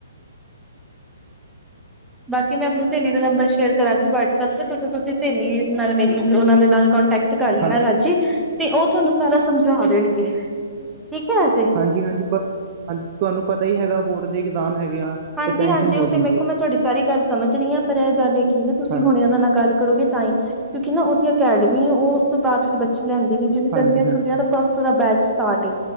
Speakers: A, in the centre; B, on the right.
A: ਬਾਕੀ ਮੈਂ ਆਪਣੀ ਸਹੇਲੀ ਦਾ ਨੰਬਰ ਸ਼ੇਅਰ ਕਰਾਂਗੀ ਵਟਸਐਪ ਤੇ ਤੁਸੀ ਤੁਸੀਂ ਸਹੇਲੀ ਨਾਲ ਮੇਰੀ ਉਹ ਦੇ ਨਾਲ ਕੋਂਟੈਕਟ ਕਰ ਲੈਣਾ
B: ਹਾਂਜੀ
A: ਰਾਜੇ, ਤੇ ਉਹ ਤੁਹਾਨੂੰ ਸਾਰਾ ਸਮਝਾ ਦੇਣਗੇ ਠੀਕ ਹੈ ਰਾਜੇ।
B: ਹਾਂਜੀ ਹਾਂਜੀ ਹਾਂਜੀ ਪਰ ਤੁਹਾਨੂੰ ਪਤਾ ਹੀ ਹੈਗਾ ਬੋਰਡ ਦੇ ਇਗਜ਼ਾਮ ਹੈਗੇ ਆ।
A: ਹਾਂਜੀ
B: ਤੇ ਟੈਨਸ਼ਨ
A: ਹਾਂਜੀ
B: ਬਹੁਤ
A: ਉਹ ਤੇ
B: ਹੁੰਦੀ
A: ਵੇਖੋ
B: ਹੈ
A: ਮੈਂ ਤੁਹਾਡੀ ਸਾਰੀ ਗੱਲ ਸਮਝ ਰਹੀ ਹਾਂ, ਪਰ ਇਹ ਗੱਲ ਇਹ ਕੀ ਨਾ ਤੁਸੀਂ
B: ਹਾਂਜੀ
A: ਹੁਣੇ ਉਹਨਾਂ ਨਾਲ ਗੱਲ ਕਰੋਗੇ। ਤਾਂ ਹੀ ਕਿਉਂਕਿ ਨਾ ਉਹਦੀ ਅਕੈਡਮੀ ਉਹ ਉਸ ਤੋਂ ਬਾਅਦ ਫਿਰ ਬੱਚੇ ਲੈਂਦੀ ਨਹੀ, ਜਿਵੇਂ
B: ਹਾਂਜੀ
A: ਗਰਮੀਆਂ
B: ਹਾਂਜੀ ਹਾਂਜੀ
A: ਛੁਟੀਆਂ ਤੋ ਫਸਟ ਦਾ ਬੈਚ ਸਟਾਰਟ